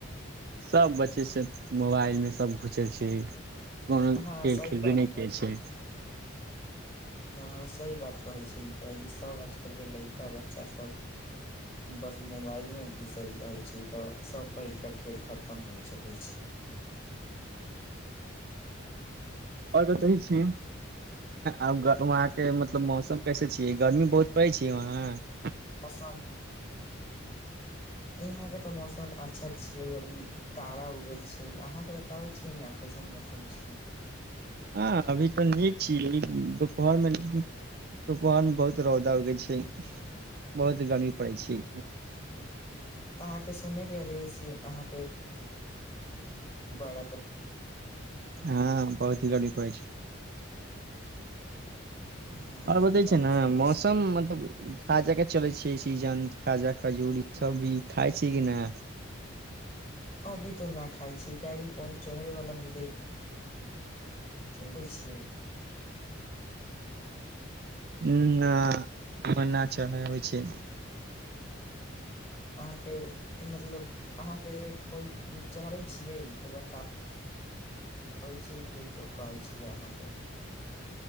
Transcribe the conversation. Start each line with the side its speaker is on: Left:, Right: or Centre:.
Right: सभ बच्चेसँ मोबाइलमे सभ घुसल छै कोनो
Left: हँ
Right: खेल
Left: सही
Right: खेलबे
Left: बात
Right: नहि छै
Left: हँ हँ सही बात कहै छै कियकि सब आजकल के लइका बच्चा सब बस मोबाइल में घुसल रहे छै तऽ सब पहिलका खेल खत्म त मोचकल छै
Right: आओर बतै छी अ वहांके मतलब मौसम कैसे छियै गर्मी बहुत पड़ै छै वहाँ
Left: पसम यहा के तऽ मौसम अच्छा छियै अभी तारा उग छैै अहाँके बताबै छियै ने कैसन मौसम छियै
Right: हँ अभी तऽ नीक छीयै दुपहरमे लेकिन दुपहरमे बहुत रौदा उगै छै बहुत गर्मी पड़ै छै
Left: अहाँके सुनयके एलै से अहाँके बड़ा ग
Right: हँ बहुत गर्मी परै छै
Left: हँ
Right: आओर
Left: ई
Right: बतै
Left: तऽ बात
Right: छै ने
Left: सही
Right: मौसम
Left: छै
Right: मतलब काज क चलै छियै सीजन खाजा खजूर ई सब भी खाइ छै कि न
Left: अभी तो ना खाइ छै काहेकि कोन चढ़े वाला मिलै होइ छियै
Right: उ न उपर चढ़ै होइ छै
Left: अहाँके मतलब अहाँके कोइ चहरइ छियै तऽ बताउ अबै छै कि तो कहै छीय अहाँके